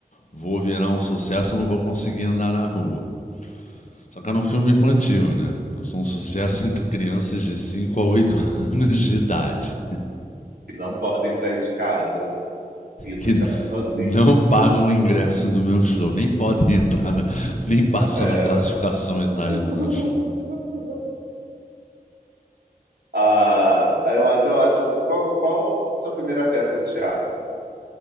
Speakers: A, on the left; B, on the right.
A: vou virar um sucesso, não vou conseguir andar na rua. Só que era um filme infantil, né? Eu sou um sucesso <laughs> entre crianças de 5 a 8 <laughs> anos de idade,
B: que não podem sair de casa e ir
A: que
B: no teatro sozinhos.
A: não pagam o ingresso do meu show, nem podem <laughs> entrar, na, nem passam
B: É.
A: na classificação etária
B: <laughs>
A: do meu show.
B: Ah, eu, mas eu acho. Qual, qual foi a sua primeira peça de teatro?